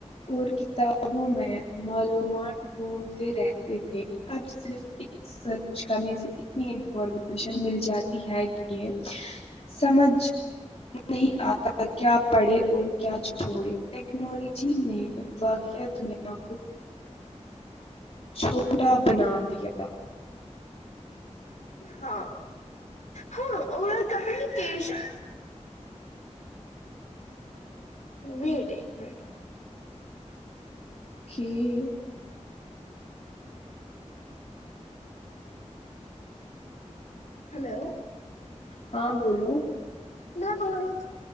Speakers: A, on the left (about 55°); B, on the left (about 80°).
A: اور کتابوں میں معلومات ڈھونڈتے رہتے <unintelligible> اب صرف ایک سرچ کرنی سے اتنی انفارمیشن مل جاتی ہے کہ سمجھ نہیں آتا کیا پڑے اور کیا چھوڑے ٹیکنالوجی نے واقعہ دنیا <unintelligible> <unintelligible>
B: ہاں ہاں ا کمکیشن مٹ ایک منٹ
A: <unintelligible>
B: ہلو
A: ہاں بولو
B: میں بول رہی